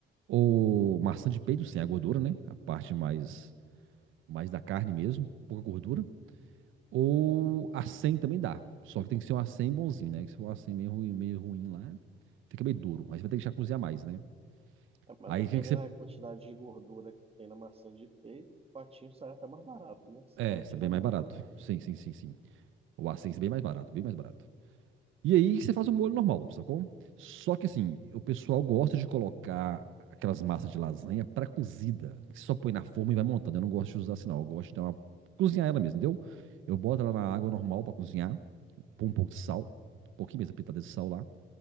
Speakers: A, on the right (about 85°); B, on the right (about 30°).
A: o maçã de peito sem a gordura, né? A parte mais mais da carne mesmo, pouca gordura, ou
B: Ah,
A: acém também dá. Só que tem que ser um acém bonzinho, né? Que se for um acém meio ruim, meio ruim lá, fica meio duro. Aí você vai ter que já cozinhar mais, né?
B: É, mas
A: Aí
B: dependendo
A: o que que você
B: da quantidade de gordura que tem na maçã de peito, o patinho sai até mais barato, né? Que você
A: É,
B: vai
A: isso
B: tirar
A: é bem
B: a
A: mais
B: gordura.
A: barato. Sim, sim, sim, sim. O Ascenso é bem mais barato, bem mais barato. E aí você faz o molho normal, sacou? Só que assim, o pessoal gosta de colocar aquelas massas de lasanha pré-cozida, que só põe na forma e vai montando. Eu não gosto de usar assim, não. Eu gosto de dar uma... cozinhar ela mesmo, entendeu? Eu boto
B: Aham,
A: ela na água normal pra cozinhar, põe um pouco de sal, um pouquinho mesmo, pitada de sal lá,